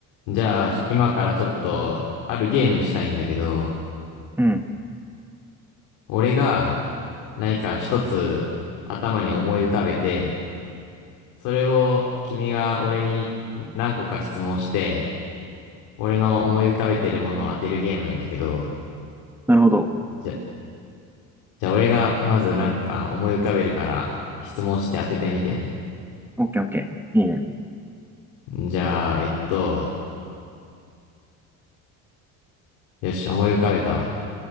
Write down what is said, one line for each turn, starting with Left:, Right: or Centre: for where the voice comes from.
Left: じゃあ、ちょ今からちょっと、あるゲームしたいんだけど、
Centre: うん。
Left: 俺が何か一つ頭に思い浮かべて、それを君が俺に何個か質問して、俺の思い浮かべてるものを当てるゲームなんだけど、
Centre: なるほど。
Left: じゃ、じゃあ俺がまずなんか思い浮かべるから質問して当ててみてね。
Centre: オッケーオッケー。いいね。
Left: じゃあ、えっと、よし、思い浮かべたわ。